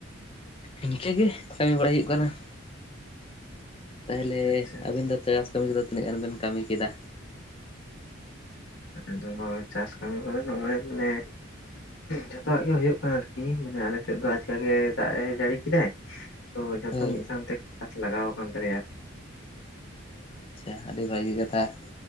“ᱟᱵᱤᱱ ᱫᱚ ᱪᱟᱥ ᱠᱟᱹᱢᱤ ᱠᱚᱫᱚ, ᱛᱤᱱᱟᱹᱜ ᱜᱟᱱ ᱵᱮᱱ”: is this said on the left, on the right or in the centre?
Left